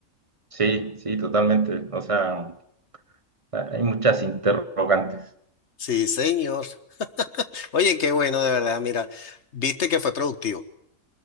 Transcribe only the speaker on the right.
Sí, sí, totalmente. O sea, hay muchas interrogantes.